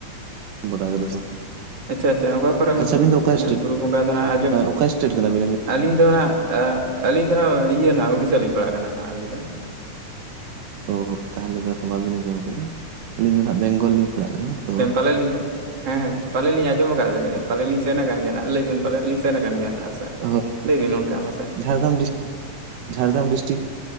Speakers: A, on the right; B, on the right.
A: ᱵᱟᱰᱟᱭ ᱠᱟᱫᱟ ᱥᱮ ᱵᱟᱝ?
B: ᱟᱪᱪᱷᱟ ᱟᱪᱪᱷᱟ ᱚᱠᱟ ᱠᱚᱨᱮ ᱢᱟᱥᱮ,
A: ᱟᱪᱪᱷᱟ ᱟᱹᱵᱤᱱ ᱫᱚ ᱚᱠᱟ ᱥᱴᱮᱴ
B: ᱵᱩᱨᱩ ᱵᱚᱸᱜᱟ ᱫᱚ ᱢᱮᱱᱟᱜ ᱟᱡᱚᱼᱼ
A: ᱚᱠᱟ ᱥᱴᱮᱴ ᱠᱟᱱᱟ ᱵᱤᱱ ᱟᱹᱵᱤᱱ?
B: ᱟᱹᱞᱤᱧ ᱫᱚ ᱦᱟᱸᱜ ᱟᱹ ᱟᱹᱞᱤᱧ ᱫᱚ ᱦᱟᱸᱜ ᱤᱭᱟᱹ ᱱᱟᱦᱟᱜ ᱩᱲᱤᱥᱥᱟ ᱞᱤᱧ ᱯᱟᱲᱟᱜ ᱠᱟᱱᱟ ᱟᱹᱞᱤᱧ ᱫᱚ ᱾
A: ᱚ ᱦᱚ ᱛᱟᱦᱚᱞᱮ ᱫᱚ ᱵᱟᱹᱵᱤᱱ ᱟᱸᱡᱚᱢ ᱟᱠᱟᱫᱟ, ᱟᱹᱞᱤᱧ ᱫᱚ ᱦᱟᱸᱜ ᱵᱮᱝᱜᱚᱞ ᱞᱤᱧ ᱯᱟᱲᱦᱟᱜ ᱠᱟᱱᱟ ᱛᱚ ᱾
B: ᱛᱟᱦᱚᱞᱮ ᱞᱤᱧᱼᱼ ᱦᱮᱸ ᱦᱮᱸ ᱯᱟᱞᱮ ᱞᱤᱧ ᱟᱸᱡᱚᱢ ᱠᱟᱜ, ᱯᱟᱞᱮ ᱞᱤᱧ ᱥᱮᱱ ᱟᱠᱟᱱ ᱜᱮᱭᱟ ᱦᱟᱸᱜ, ᱞᱟᱹᱭ ᱵᱤᱱ ᱯᱟᱞᱮᱫ ᱞᱤᱧ ᱥᱮᱱ ᱟᱠᱟᱱ ᱜᱮᱭᱟ ᱦᱟᱸᱜ ᱦᱮᱸ ᱥᱮ ᱾ ᱟᱪᱪᱷᱟ ᱾
A: ᱦᱳᱭ
B: ᱞᱟᱹᱭ ᱵᱤᱱ ᱚᱱᱠᱟ ᱢᱟᱥᱮ ᱾
A: ᱡᱷᱟᱲᱜᱨᱟᱢ ᱰᱤᱥᱴᱤᱠ ᱡᱷᱟᱲᱜᱨᱟᱢ ᱰᱤᱥᱴᱤᱠ